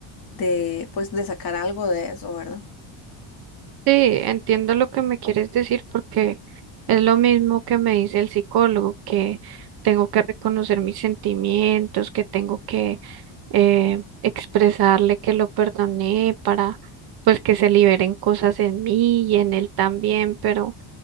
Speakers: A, on the left (about 45°); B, on the right (about 50°).
A: de pues de sacar algo de eso, ¿verdad?
B: Sí, entiendo lo que me quieres decir porque es lo mismo que me dice el psicólogo, que tengo que reconocer mis sentimientos, que tengo que eh, expresarle que lo perdoné para pues que se liberen cosas en mí y en él también, pero